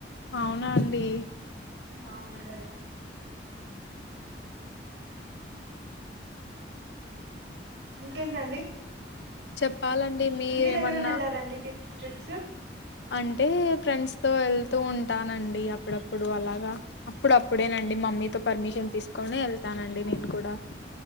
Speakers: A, on the left; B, on the right.
A: అవునా అండి
B: అవునండి ఇంకేంటండి
A: చెప్పాలండి మీరేమన్నా
B: మీర ఎక్కడనే ఎల్లారండి టిప్ ట్రిప్స్
A: అంటే ఫ్రెండ్స్ తో వెళ్తూ ఉంటానండి అప్పుడప్పుడు అలాగా అప్పుడు అప్పుడేనండి మా మమ్మీతో పర్మిషన్ తీసుకొని వెళ్తానండి నేను కూడా